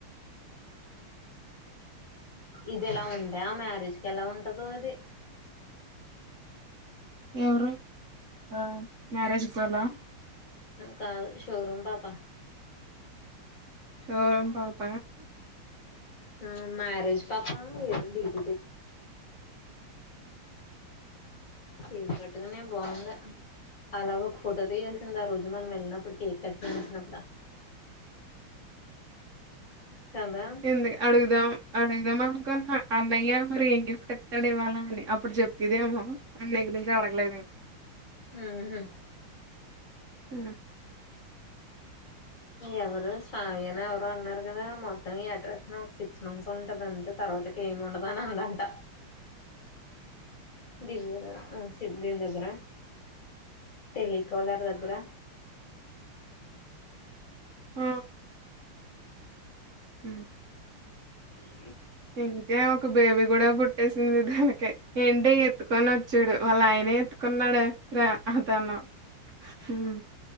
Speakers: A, on the left; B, on the right.
A: ఇది ఎలా ఉంటే ఆ మ్యారేజ్కి ఎలా ఉంటదో అది
B: ఎవరు ఆ మ్యరేజ్ పోల
A: హుమ్ కాదు షో రూమ్ పాపా
B: చోరం పాప
A: ఊ మ్యారేజ్ పాప ఏమో డీప్ చీర్ కట్టకనే బాగుందే అలాగ ఒక ఫోటో తీయల్సింద ఆ రోజు మనం వెళ్ళినప్పుడు కేక్ కచెయించినప్పుడు కదా
B: ఎందు అడుగుదాం అడుగుదామ అనుకున్న అన్నయ్య మరి ఏం గిఫ్ట్ ఎతడు ఇవ్వాల అని అప్పుడు చెప్పదేమో అన్న గురించి అడగలేదడి
A: హ్మ్ హు
B: ఆ
A: ఎవరు శ్రావ్యని ఎవరు అన్నారు కదా మొత్తం అట్రాక్షన్ ఒక సిక్స్ మంత్స్ ఉంటంది అంతే తర్వాతకి ఏమి ఉండదు అని అందంట దివ్య ఆ ఆ చి దీందగ్ర టెలికాలర్ రద్ర
B: ఆ ఉ
A: అ <unintelligible>
B: ఇంకె ఒక బేబీ కూడా పుట్ వచ్చేసింది దాకే ఏంటి ఎత్తుకొని వచ్చాడు వాళ్ళ ఆయనే ఎత్తుకున్నాడా రా హతను ఊ